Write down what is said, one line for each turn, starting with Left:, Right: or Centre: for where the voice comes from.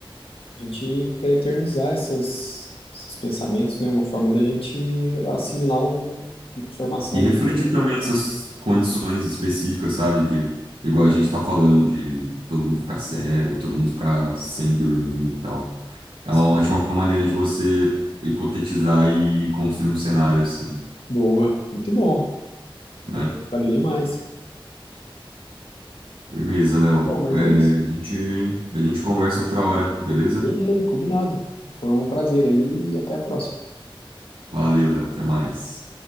Left: gente para eternizar essas, esses pensamentos, né? Uma forma da gente assimilar um, uma formação
Right: E refletir
Left: muito
Right: também essas condições específicas, sabe? De, igual a gente tá falando, de todo mundo ficar cego, todo mundo ficar sem dormir e tal. É
Left: sim,
Right: uma ótima maneira de você hipotetizar e construir um cenário assim,
Left: boa, muito bom.
Right: né?
Left: Valeu demais.
Right: Firmeza, Léo.
Left: Bom, mas
Right: É,
Left: é isso.
Right: a gente, a gente conversa outra hora, beleza?
Left: Beleza, combinado. Foi um prazer aí e até a próxima.
Right: Valeu, Léo. Até mais.